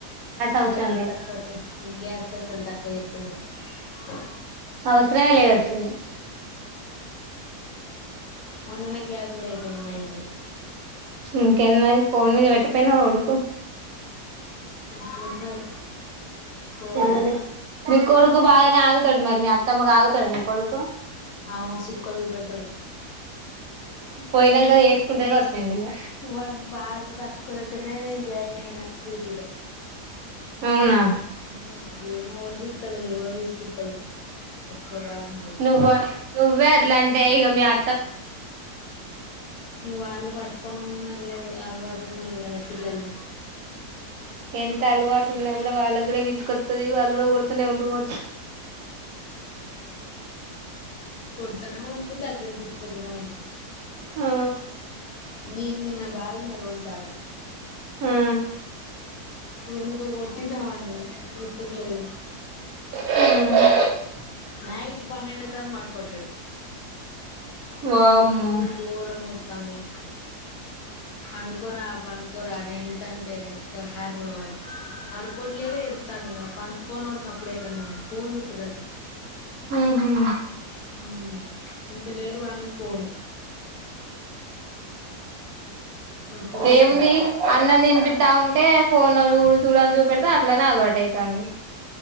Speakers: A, on the right; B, on the left.
A: అవసరం
B: గ్యాస్
A: లేదు
B: తక్కువతో గ్యాస్ పైసలు తక్కువ జేత్తది అ
A: అససరమే లేదు అసలు ఇగ
B: మొన్ననే గ్యాస్ కూడా అయిపోయింది మా ఇంట్లోనే
A: ఇంకేం మరి ఫోన్ మీద పె తిప్పైనవ్ ఉడుకు
B: అట్లున్నది ఫోన్
A: అదే
B: కథ
A: మీ కొడుకు బాగానే ఆగుతడు మరి మీ అ తమ్మగ ఆగుతడ నీ కొడుకు
B: ఆవకు సుక్కల్ సూపెడుతడు.
A: పోయినంక చేసుకుంటది కావచ్చు నిన్ను ఇగ
B: వాట్ బాధ తట్టుకోలేకనే నేను జాయిన్ అయినా డ్యూటీలో
A: అవునా
B: మ్మ్ ఏమో ఎవర్కిత్తడో, ఎవర్ని యిస్కిత్తడో గా రాజుముండడు
A: నువ్వు నువ్వే అట్లా అంటే ఇగ మీ అ
B: నువ్వు వాళ్ళను పట్టుకొను ఉన్నాళ్ళు అలవాటు ఉన్నోళ్ళు కదా పిల్లల్ని
A: ఎంత అలవాటు ఉన్నా కూడా వాళ్ళ గూడ విసుకొత్తది వాళ్ళు కూడా కొడుతనే ఉండ్రు రో
B: కొడుతనే ఉండ్రు దగ్గర తీస్ కుటునే
A: ఆ
B: నే నిన్న బాధిన రోండు సార్ల
A: ఆ
B: ఎందుకో కొట్టినా వాన్ని గుర్తుకులేదు.
A: మ్మ్
B: నైట్ పన్నెండు సంది పండుకోవట్లేడు.
A: వామ్మో
B: నాగో నిద్ర ఘోరంగ తనీ పనుకోరా పనుకోరా నే ఎంతంటే ఒకసారి కూడా వాడు పడుకోట్లడే ఎతా పంకోనో సప్పుడేక్క పోన్ చతుట
A: ఉహు
B: ఉ ఇంత లేడు వాడికి పోను ఫోన్ల
A: ఏముంది అన్నం తినిపితా ఉంటే ఫోన్ చూడు చూడని చూపెడితే అట్లనే అలవాటు అవుతంది